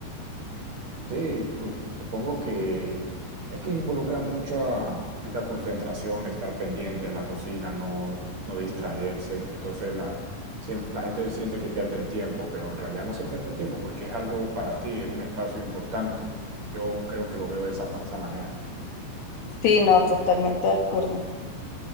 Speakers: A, on the right (about 35°); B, on the left (about 65°).
A: Sí, su- supongo que es que involucra mucha, mucha concentración, estar pendiente en la cocina, no, no distraerse. Entonces la, sien- la gente siente que pierde el tiempo, pero en realidad no se pierde el tiempo porque es algo para ti, es un espacio importante. Yo creo que lo veo de esa, fa- esa manera.
B: Sí, no, totalmente de acuerdo.